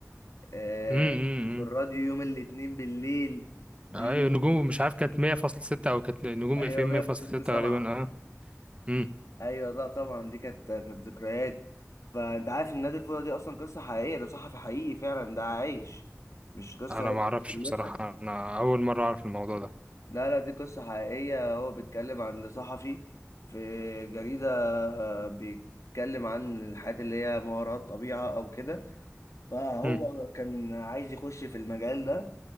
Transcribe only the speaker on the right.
امم امم
امم.
ايوه نجوم مش عارف كانت 100.6 او كانت نجوم اف
ام
100.6 غالبا اه امم
انا
ما اعرفش
بصراحة انا اول مرة اعرف الموضوع ده
امم